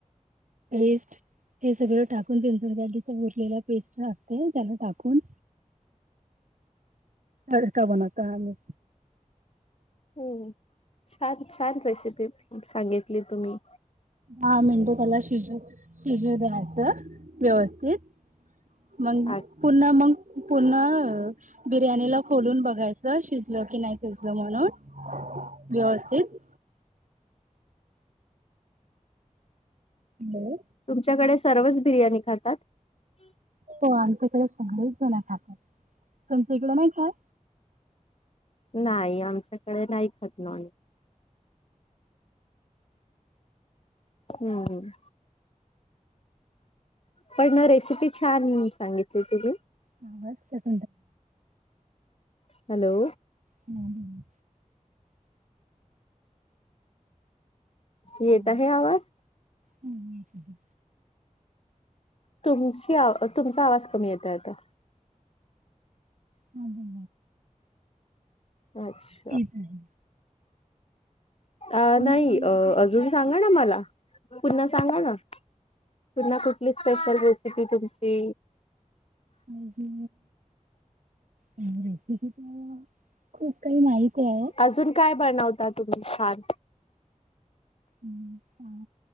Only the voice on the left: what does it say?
हम्म छान छान रेसिपी सांगितली तुम्ही
आ-
तुमच्याकडे सर्वच बिर्याणी खातात
नाही आमच्याकडे नाही खटना हम्म पण ना रेसिपी छान सांगितली तुी
हॅलो
येत
आहे आवाज
तुमची तुमचा आवाज कमी येत आता
अच्छा
अ
नाही
अ
अजून
सांगा
ना मला पुन्हा सांगा ना पुन्हा कुठली स्पेशल रेसिपी तुमची
अजून काय बनवता तुम्ही छान?